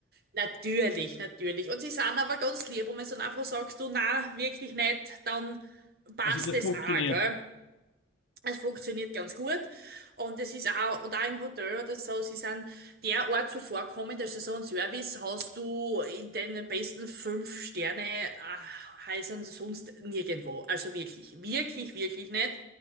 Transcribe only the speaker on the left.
Also das
funktioniert.